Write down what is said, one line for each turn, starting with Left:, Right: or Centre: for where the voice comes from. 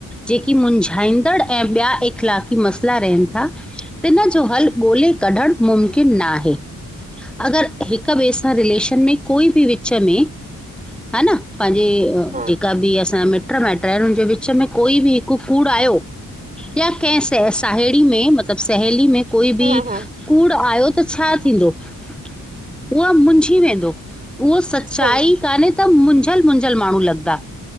Centre: जेकी मुंझाईंदड़ ऐं ॿिया इख़लाक़ी मसइला रहनि था तिन जो हलु ॻोल्हे कढणु मुमकिन न आहे अगरि हिक रे सां रिलेशन में कोई बि वि विच में हा न पंहिंजे
Right: हा
Centre: जेका बि असां मिट मैटर आहिनि हुनजे विच में कोई बि हिकु कूड़ आयो या कंहिं स साहेड़ी में मतिलबु सहेली में कोई
Right: हा
Centre: बि
Right: हा हा,
Centre: कूड़ आयो त छा थींदो उहा मुंझी वेंदो उहो सच्चाई
Right: सही
Centre: कान्हे त मुंझल मुंझल माण्हू लॻंदा